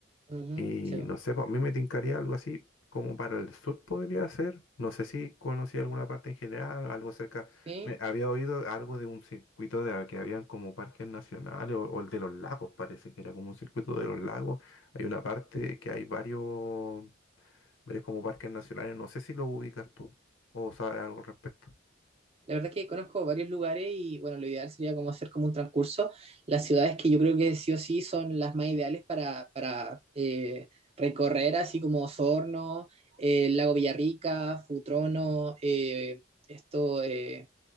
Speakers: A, on the right; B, on the left.
A: <laughs> ujú,
B: Y
A: sí.
B: no sé, pues a mí me tincaría algo así como para el sur podría ser. No sé si conocí alguna parte en general, algo cerca.
A: Sí,
B: Me, había oído algo de un circuito de, que habían como parques nacionales o, o el de los lagos, parece que era como un circuito de los lagos. Hay una parte que hay varios, varios como parques nacionales. No sé si lo ubicas tú o sabes algo al respecto.
A: la verdad es que conozco varios lugares y bueno, lo ideal sería como hacer como un transcurso. Las ciudades que yo creo que sí o sí son las más ideales para, para eh, recorrer, así como Osorno, eh, Lago Villarrica, Futrono, eh, esto, eh,